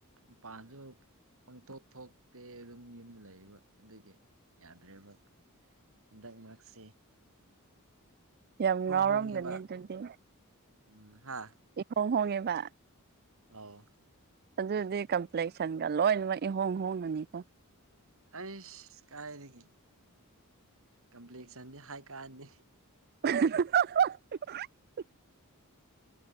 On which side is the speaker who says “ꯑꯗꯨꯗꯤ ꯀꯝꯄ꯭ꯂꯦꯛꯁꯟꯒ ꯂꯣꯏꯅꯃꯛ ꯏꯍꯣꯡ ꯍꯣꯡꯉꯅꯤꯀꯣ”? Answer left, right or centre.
Right